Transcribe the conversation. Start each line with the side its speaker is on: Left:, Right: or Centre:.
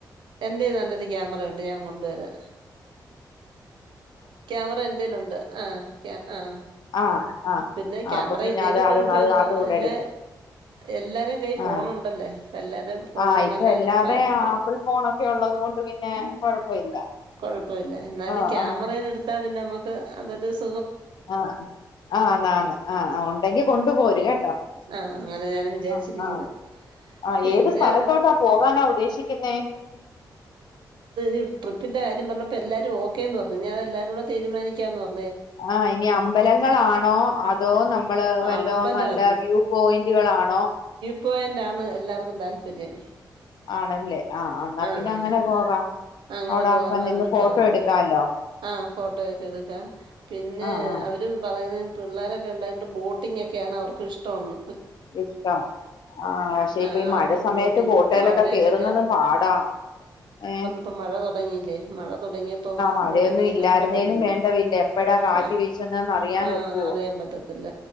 Right: എന്റെ നല്ലൊരു ക്യാമറയു ണ്ട് ഞാൻ കൊണ്ടുവരാ ക്യാമറ എൻ്റെലുണ്ട് ആഹ് ക്യാ ആഹ്
Left: ആഹ് ആഹ്
Right: പിന്നെ
Left: ആഹ്
Right: ക്യാമറ
Left: അപ്പൊ പിന്നെ
Right: ഇല്ലേലും
Left: അത് അത്
Right: കൊഴപ്പയില്ല
Left: അത് അതുകൂടെ
Right: ഇല്ല
Left: എടുക്കും
Right: എല്ലാരും കയ് ഫോണുണ്ടല്ലേ
Left: ആഹ്
Right: എല്ലാരും ഫോണിന്
Left: ആഹ് ഇപ്പൊ
Right: നല്ല
Left: എല്ലാതെ
Right: ക്ലാരിറ്റി
Left: ആപ്പിൾ ഫോണൊക്കെ ഉള്ളത് കൊണ്ട് പിന്നെ
Right: ഉം
Left: കൊഴപ്പമില്ല
Right: കൊഴപ്പല്ല എന്നാലും
Left: ആഹ്
Right: ക്യാമ
Left: ആഹ്
Right: കുറെ എണ്ണട്ത്താ പിന്നെ നമ്മ ത് അതത് സ്
Left: ആഹ് ആന്ന് ആന്ന് ആഹ് ആഹ് ഉണ്ടെങ്കി കൊണ്ട് പോര് കേട്ടോ
Right: ആഹ് അങ്ങനെ ഞാനും വിചാരിച്ചിരിക്കുന്നു
Left: ആഹ് ആഹ് ആഹ്
Right: പിന്നെ
Left: ഏത് സ്ഥലത്തോട്ടാ പോകാനാ ഉദ്ദേശിക്ക്ന്നേ?
Right: ഇ ട്രിപ്പിന്റെ കാര്യം പറഞ്ഞപ്പോ എല്ലാരും ഓക്കേന്ന് പറഞ്ഞു ഇഞ് അഅ് എല്ലാരൂടെ തീരുമാനിക്കാന്ന് പർ
Left: ആഹ് ഇനി അമ്പലങ്ങളാണോ അതോ നമ്മള് വല്ലോം
Right: അമ്പലം
Left: നല്ല വ്യൂ പോയിന്റുകളാണോ?
Right: പോയ ൻ്റാണ് എല്ലാർക്കും താല്പര്യം
Left: ആണല്ലേ എന്നാ
Right: ആഹ് ആഹ്
Left: പിന്നെ അങ്ങനെ പോകാം
Right: അങ്ങനെ
Left: അവിടൊക്കെ
Right: പോവാന്ന
Left: നിന്ന്
Right: അവരും
Left: ഫോട്ടോ
Right: പറയുന്നത്
Left: എടുക്കാല്ലോ
Right: ആഹ് ഫോട്ടോയൊക്കെ എടുക്കാം പിന്നെ
Left: ആഹ് ആഹ്
Right: അവരും പറയുന്നേ പിള്ളേരൊക്കെ ണ്ടായിട്ട് ബോട്ടിംഗെക്കെയാണ് അവർക്ക് ഇഷ്ടോന്ന്
Left: ഇഷ്ട ആ പക്ഷെ
Right: ആഹ്
Left: ഇപ്പൊ ഈ
Right: അവർക്ക്
Left: മഴ സമയത്ത്
Right: ബോട്ടിംഗ്
Left: ബോട്ടേലൊക്കെ
Right: മഴയത്ത്
Left: കേയറുന്നതും പാടാ ഏ
Right: ഇപ്പം മഴ തൊടങ്ങിയില്ലെ? മഴ തൊടങ്ങിയെപ്പം
Left: മഴയൊന്നും
Right: ബോട്ടിങ്ങൊന്നും
Left: ഇല്ലായിരുന്നേലും
Right: പറ്റത്തില്ല
Left: വേണ്ടവില്ല എപ്പഴാ കാറ്റ്
Right: ആഹ്
Left: വീശുന്നേന്ന് അറിയാൻ
Right: ആഹ്
Left: ഒക്കുവോ
Right: അറിയാൻ പറ്റത്തില്ല